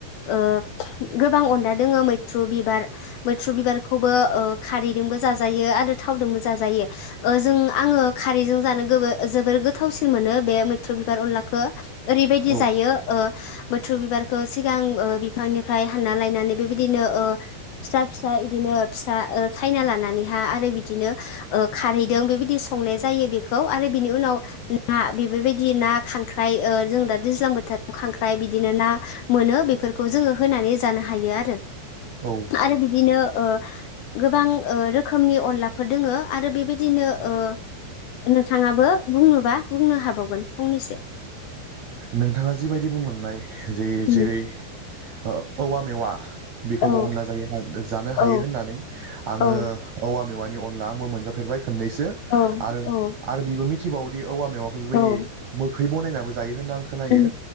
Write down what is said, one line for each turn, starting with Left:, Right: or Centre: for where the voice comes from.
Left: ओ गोबां अनला दोंङो मैथ्रु बिबार मैथ्रु बिबारखौबो ओ खारैदोंबो जाजायो आरो थावजोंबो जाजायो। ओ जों आङो खारैजों जानो गोबो जोबोर गोथावसिन मोनो बे मैथ्रु बिबार अनलाखो। ओरैबायदि
Right: औ
Left: जायो ओ मैथ्रु बिबारखौ सिगां बिफांनिफ्राय हानना लायनानै बेबायदिनो ओ फिसा फिसा इदिनो फिसा ओ सायना लानानैहा आरो बिदिनो ओ खारैदों बेबायदि संनाय जायो बेखौ आरो बिनि उनाव ना बेफोरबायदि ना खांख्राइ ओ जों दा दैज्लां बोथोर खांख्राइ बिदिनो ना मोनो बेफोरखौ जोङो होनानै जानो हायो आ रो
Right: औ
Left: आरो बिदिनो ओ गोबां ओ रोखोमनि अनलाफोर दोङो आरो बेबायदिनो ओ नोंथाङाबो बुंनोबा बुंनो हाबावगोन फंनैसो।
Right: नोंथाङा जिबायदि बुंलांनाय जे
Left: उम
Right: जेरै ओ औवा मेवा बेखौबो
Left: औ
Right: अनला जायो <unintelligible> जानो हायो
Left: औ
Right: होननानै आंङो
Left: औ
Right: औवा मेवानि अनला आंबो मोनजाफेबाय खोन्नैसो
Left: औ
Right: आरो
Left: औ
Right: आरो बिबो मोनथिबावोदि औवा मेवाखो बिबायदि
Left: औ
Right: मोखै बनायनाबो जायो होनना आं खोनायो
Left: उम